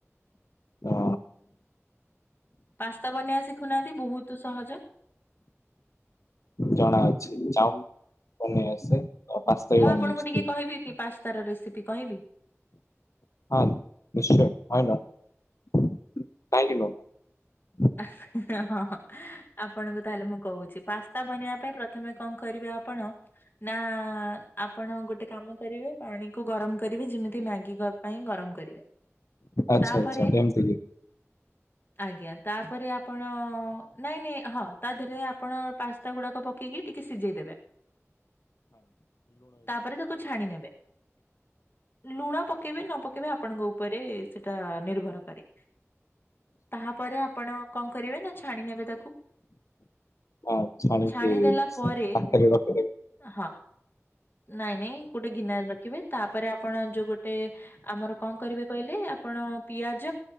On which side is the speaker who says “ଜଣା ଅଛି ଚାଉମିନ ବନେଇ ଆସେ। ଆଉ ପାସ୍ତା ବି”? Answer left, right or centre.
Left